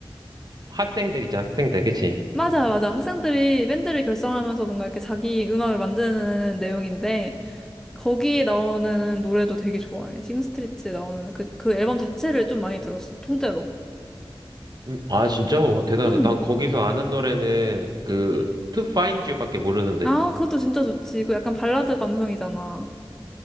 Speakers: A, on the right; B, in the centre.
A: 학생들 있잖아. 학생들, 그치?
B: 맞아, 맞아. 학생들이 밴드를 결성하면서 뭔가 이렇게 자기 음악을 만드는 내용인데, 거기에 나오는 노래도 되게 좋아해. 싱스트리트에 나오는 그, 그 앨범 자체를 좀 많이 들었어. 통째로.
A: 음, 아, 진짜? 와, 대단하다.
B: 응.
A: 난 거기서 아는 노래는 그,
B: 응.
A: To Find You밖에 모르는데.
B: 아, 그것도 진짜 좋지. 그 약간 발라드 감성이잖아.